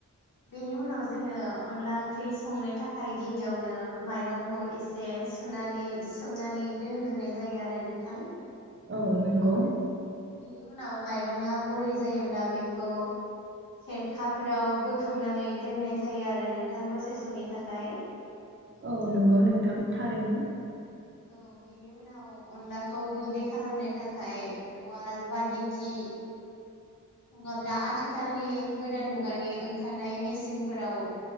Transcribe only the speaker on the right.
औ नोंगौ
औ नंगौ नोंथां थारैनो